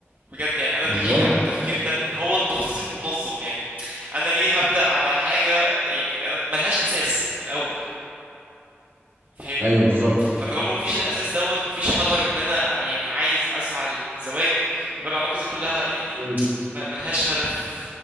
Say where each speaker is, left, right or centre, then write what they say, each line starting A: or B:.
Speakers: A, on the right (about 45°); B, on the right (about 60°).
A: بجد يعني انا
B: بالظبط
A: بحييك على التفكير ده لان هو التخطيط المنظم يعني انا ليه هبدأ على حاجة يعني انا ملهاش اساس من الاول فاهمني
B: ايوه بالظبط
A: فطالما مفيش الاساس دوت مفيش حجر ان انا يعني عايز اسعى للزواج يبقى العلاقة دي كلها يعني
B: مم.
A: ما- ملهاش هدف